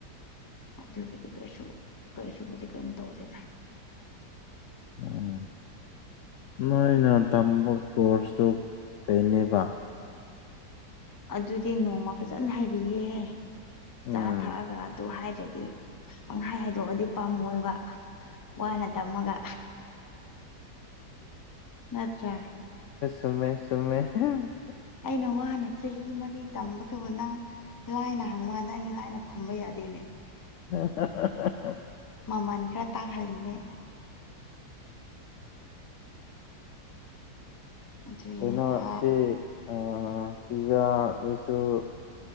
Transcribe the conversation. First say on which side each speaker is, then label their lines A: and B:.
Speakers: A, on the left; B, on the left.
A: ꯑꯗꯨ ꯑꯗꯨꯒꯤꯗꯤ ꯀꯩꯁ ꯀꯩꯁꯨ ꯀꯩ ꯊꯧꯗ
B: ꯎꯝ ꯅꯣꯏꯅ ꯇꯝꯕ ꯀꯁꯨ ꯀꯩꯅꯦꯕ
A: ꯑꯗꯨꯗꯤ ꯅꯣꯡꯃ ꯐꯖꯅ ꯍꯥꯏꯕꯤꯌꯦꯦꯍ
B: ꯎꯝ
A: ꯆꯥ ꯊꯛꯑꯒ ꯑꯗꯨ ꯍꯥꯏ ꯗꯤ ꯄꯪꯍꯥꯏ ꯍꯥꯏꯗꯣꯛꯑꯗꯤ ꯄꯥꯝꯃꯣꯏꯕ ꯋꯥꯅ ꯇꯃꯒ ꯑꯆꯥ
B: ꯁꯃꯦ ꯁꯃꯦ
A: ꯑꯩꯅ ꯋꯥꯅꯦ ꯆꯍꯤ ꯃꯔꯤ ꯇꯝꯕꯗꯨꯕꯨ ꯅꯪ ꯂꯥꯏꯅ ꯍꯪꯕꯀꯥꯟꯗ ꯑꯩꯅ ꯂꯥꯏꯅ ꯈꯨꯝꯕ ꯌꯥꯗꯦꯅꯦ
B: ꯎ
A: ꯃꯃꯜ ꯈꯔ ꯇꯥꯡꯍꯜꯂꯤꯅꯦ ꯑꯗꯨꯒꯤꯅꯦꯗ
B: ꯀꯩꯅ ꯁꯤ ꯑ ꯁꯤꯖꯥ ꯁꯨꯁꯨ